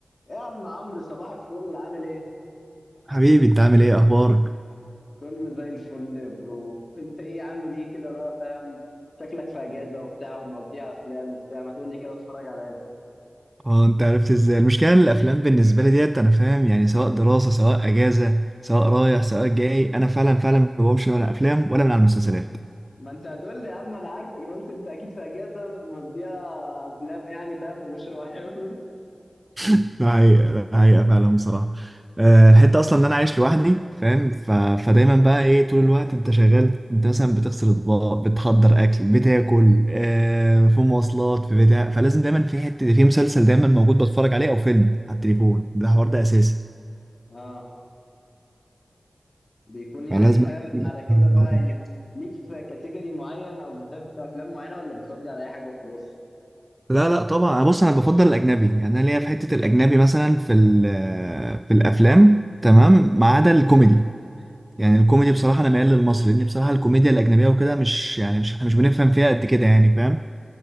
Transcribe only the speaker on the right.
حبيبي انت عامل ايه اخبارك
اه انت عرفت ازاي المشكله ان الافلام بالنسبه لي ديت انا فاهم يعني سواء دراسه سواء اجازه سواء رايح سواء جاي انا فعلا فعلا ما بقومش من افلام ولا من على المسلسلات
ده حقيقة ده حقيقة فعلا بصراحة آه، الحتة أصلا إن أنا عايش لوحدي فاهم ف... فدايما بقى إيه طول الوقت أنت شغال أنت مثلا بتغسل أطباق بتحضر أكل بتاكل آه، في مواصلات في بتاع فلازم دايما في حتة في مسلسل دايما موجود بتفرج عليه أو فيلم على التليفون ده حوار ده أساسي
فلازم
<laughs>
لا لا طبعا بص انا بفضل الاجنبي يعني انا ليا في حته الاجنبي مثلا في ال- في الافلام تمام ما عدا الكوميدي يعني الكوميدي بصراحه انا ميال للمصري لان بصراحه الكوميديا الاجنبيه وكده مش يعني مش احنا مش بنفهم فيها قد كده يعني فاهم